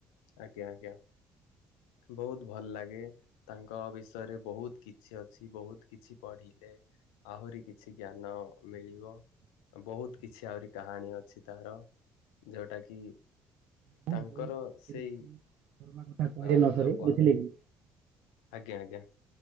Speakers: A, on the left; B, on the right.
A: ଆଜ୍ଞା ଆଜ୍ଞା। ବହୁତ ଭଲ ଲାଗେ। କ ବିଷୟରେ ବହୁତ କିଛି ଅଛି ବହୁତ କିଛି ପଢିଲେ ଆହୁରି କିଛି ଜ୍ଞାନ। ମିଳିବ ବହୁତ କିଛି ଆହୁରି କାହାଣୀ ଅଛି ତାହାର ଯୋଉଟା କି।
B: ବହୁତ
A: ତାଙ୍କର
B: ବହୁତ ଯେମିତି
A: ସେଇ
B: ଧର୍ମା କଥା କହିଲେ
A: ଅ
B: ନ ସରେ
A: ଯପ।
B: ବୁଝିଲେ କି?
A: ଆଜ୍ଞା ଆଜ୍ଞା।